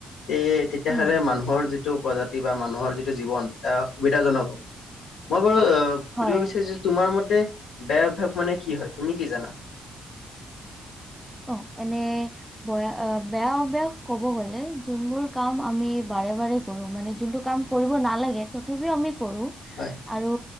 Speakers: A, on the left; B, in the centre.
A: তে তেতিয়াহ'লে
B: উম
A: মানুহৰ যিটো প্ৰজাত কিবা মানুহৰ যিটো জীৱন <unintelligible> সুবিধাজনক <unintelligible> <unintelligible>
B: হয়
A: সুধিব বিচাৰিছে তোমাৰ মত তে বেয়া অভ্যাস মানে কি হয় তুমি কি জানা?
B: অ' এনে বয়া-বেয়া অভ্যাস ক'ব গ'লে যোনবোৰ কাম আমি বাৰে বাৰে কৰোঁ মানে যোনটো কাম কৰিব নালাগে তথাপিও আমি কৰোঁ
A: হয়,
B: আৰু